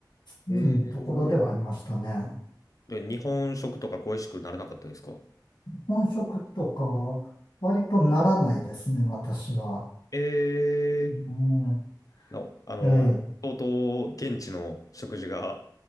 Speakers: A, on the left (about 85°); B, on the left (about 50°).
A: うん、
B: えー
A: ところではありましたね。
B: で日本食とか恋しくならなかったですか
A: 本職とか、割とならないですね、私は。
B: え
A: うん、
B: ー、なあの、
A: ええ。
B: 相当現地の食事が